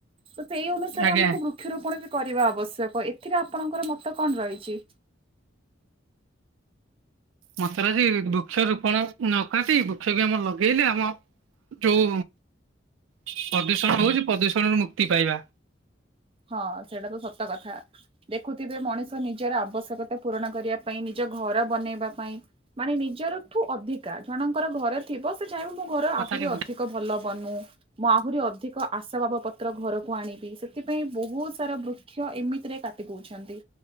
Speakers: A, on the right; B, on the right.
A: ତ ସେଇ ଅନୁସାରେ
B: ଆଜ୍ଞା
A: ଆମକୁ ବୃକ୍ଷରୋପଣ ବି କରିବା ଆବଶ୍ୟକ ଏଥିରେ ଆପଣଙ୍କର ମତ କଣ ରହିଛି।
B: ମତରାଜି ବୃକ୍ଷ ରୋପଣ ନ କାଟି ବୃକ୍ଷ ବି ଆମ ଲଗେଇଲେ ଆମ ଯୋଉ ପ୍ରଦୂଷଣ ହଉଛି ପ୍ରଦୂଷଣରୁ ମୁକ୍ତି ପାଇବା।
A: ହଁ ସେଇଟା ତ ସତ କଥା। ଦେଖୁଥିବେ ମଣିଷ ନିଜର ଆବଶ୍ୟକତା ପୂରଣ କରିବା ପାଇଁ ନିଜ ଘର ବନେଇବା ପାଇଁ। ମାନେ ନିଜରଠୁ ଅଧିକା ଜଣଙ୍କର ଘରେ ଥିବ ସେ ଚାହିଁବ ମୋ ଘର
B: କଥା
A: ଆହୁରି
B: କେ
A: ଅଧିକ ଭଲ ବନୁ। ମୁଁ ଆହୁରି ଅଧିକ ଆଶାବାବ ପତ୍ର ଘରକୁ ଆଣିବି ସେଥିପାଇଁ ପାଇଁ ବହୁତ ସାରା ବୃକ୍ଷ ଏମିତି ରେ କାଟି ଦଉଛନ୍ତି।